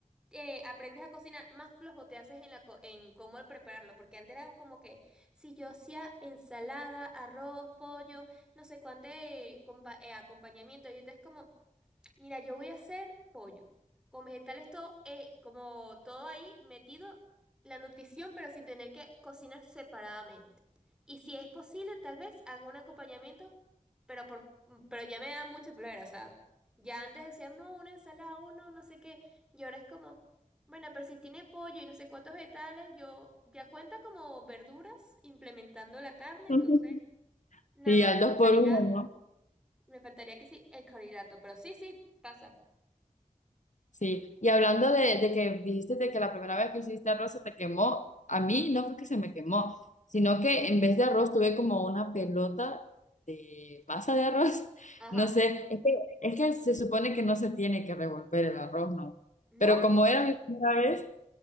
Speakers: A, in the centre; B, on the left.
A: eh, aprendes a cocinar, más flojo te haces en la co- en cómo prepararlo, porque antes era como que si yo hacía ensalada, arroz, pollo, no sé cuánto eh, compa- eh, acompañamiento, y entonces como Mira, yo voy a hacer pollo, con vegetales todo, eh, como todo ahí metido, la nutrición, pero sin tener que cocinar separadamente. Y si es posible, tal vez hago un acompañamiento, pero por, pero ya me da mucho problema, o sea, ya antes decían, no, una ensalada, uno, no sé qué, y ahora es como, bueno, pero si tiene pollo y no sé cuántos vegetales, yo ya cuenta como verduras implementando la carne,
B: Ujú.
A: entonces nada
B: Sí,
A: más
B: al
A: me faltaría,
B: dos por uno, ¿no?
A: me faltaría que sí, el carbohidrato, pero sí, sí, pasa.
B: Sí. Y hablando de, de que dijiste de que la primera vez que hiciste arroz se te quemó, a mí no fue que se me quemó, sino que en vez de arroz tuve como una pelota de masa de arroz. <laughs>
A: Ajá.
B: No sé, es que, es que se supone que no se tiene que revolver el arroz, ¿no?
A: ¿No?
B: Pero como era mi primera vez,